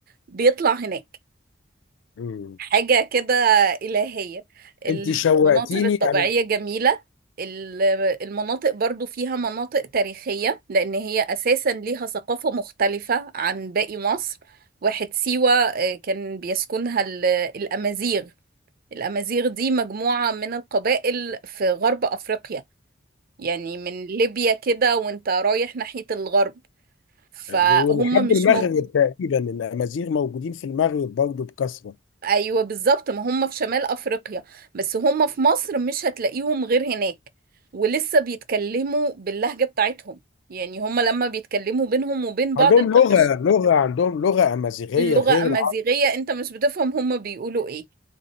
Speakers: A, on the right (about 50°); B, on the left (about 80°).
A: بيطلع هناك
B: مم.
A: حاجة كده إلهية المناظر
B: انت شوقتيني
A: الطبيعية
B: يعني
A: جميلة ال- المناطق برضو فيها مناطق تاريخية لأن هي أساسا ليها ثقافة مختلفة عن باقي مصر واحد سيوة آه، كان بيسكنها ال- الأمازيغ الأمازيغ دي مجموعة من القبائل في غرب أفريقيا يعني من ليبيا كده وانت رايح ناحية الغرب فهم
B: ولحد
A: مش
B: المغرب
A: موجود
B: تقريبا الامازيغ موجودين في المغرب برضه بكثره
A: أيوة بالظبط ما هم في شمال أفريقيا بس هم في مصر مش هتلاقيهم غير هناك ولسه بيتكلموا باللهجة بتاعتهم يعني هم لما بيتكلموا بينهم وبين بعض
B: عندهم
A: انت
B: لغه
A: مش
B: لغه عندهم لغه امازيغيه
A: اللغة
B: غير
A: أمازيغية
B: العرب
A: انت مش بتفهم هم بيقولوا ايه